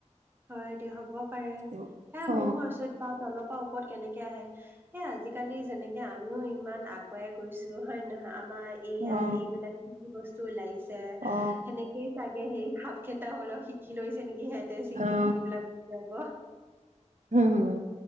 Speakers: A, on the right; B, on the right.
A: হয় দিয়া হ'ব পাৰে
B: অ
A: হে এ ময়ো আচৰিত পাও। তলৰ পৰা ওপৰত কেনেকে আহে। সেই আজিকালি যেনেকে আমিও ইমান আগুৱাই গৈছো হয় নহয় আমাৰ এ
B: অ
A: আই এইবিলাক কি কি বস্তু ওলাইছে।
B: অ
A: সেনেকেই চাগে হে সাপ সাপ কেইটাও অলপ শিকি লৈছে নেকি সিহঁতে চিৰি
B: অ
A: এইবিলাক যাব।
B: উম,